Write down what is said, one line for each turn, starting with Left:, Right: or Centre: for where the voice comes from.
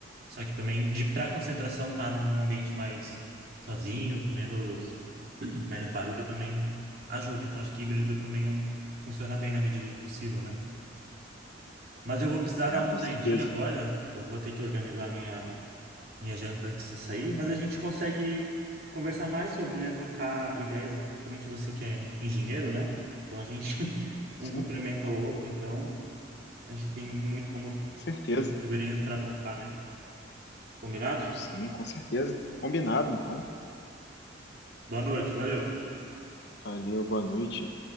Right: Só que também, de para concentração, tá num ambiente mais sozinho, com menos, <clears throat> menos barulho, também ajuda. Então, acho que híbrido também é um- funciona bem na medida do possível, né? Mas eu vou precisar
Left: É,
Right: dar uma
Left: com
Right: saidinha
Left: certeza.
Right: agora. Eu vou ter que organizar minha, minha janta antes de sair, mas a gente consegue conversar mais sobre, né, trocar ideias, principalmente você que é engenheiro, né? Então a gente <laughs>
Left: Sim,
Right: um complementa o outro, então a gente tem muito como
Left: certeza.
Right: muitas figurinhas para trocar, né? Combinado?
Left: Sim, com certeza. Combinado, então.
Right: Boa noite, valeu.
Left: Valeu, boa noite.